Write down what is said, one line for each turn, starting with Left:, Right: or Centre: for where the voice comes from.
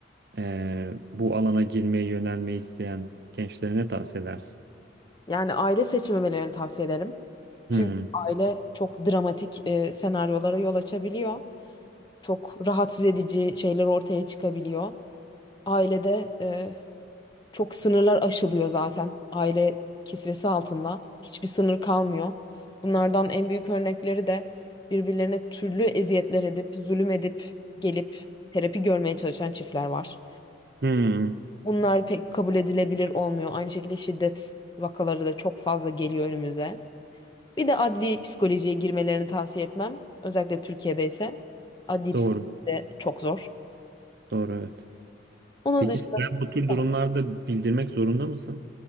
Right: e, bu alana girmeyi, yönelmeyi isteyen gençlere ne tavsiye edersin?
Left: Yani aile seçmemelerini tavsiye ederim.
Right: Hmm.
Left: Çünkü aile çok dramatik e, senaryolara yol açabiliyor. Çok rahatsız edici şeyler ortaya çıkabiliyor. Ailede e, çok sınırlar aşılıyor zaten. Aile kisvesi altında hiçbir sınır kalmıyor. Bunlardan en büyük örnekleri de birbirlerine türlü eziyetler edip, zulüm edip gelip terapi görmeye çalışan çiftler var.
Right: Hmm.
Left: Bunlar pek kabul edilebilir olmuyor. Aynı şekilde şiddet vakaları da çok fazla geliyor önümüze. Bir de adli psikolojiye girmelerini tavsiye etmem. Özellikle Türkiye'de ise adli
Right: Doğru.
Left: psikoloji de çok zor.
Right: Doğru evet.
Left: Onun
Right: Peki
Left: dışında
Right: sen bu tür durumlarda
Left: da
Right: bildirmek zorunda mısın